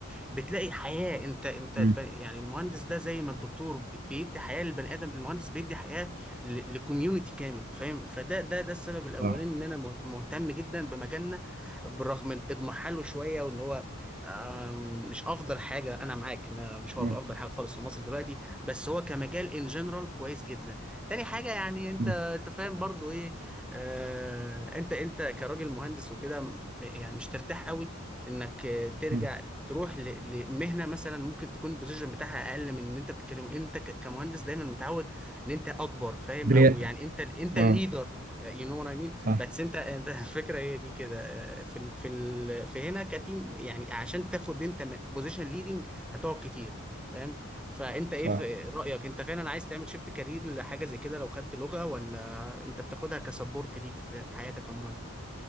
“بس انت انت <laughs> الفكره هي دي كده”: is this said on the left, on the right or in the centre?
Centre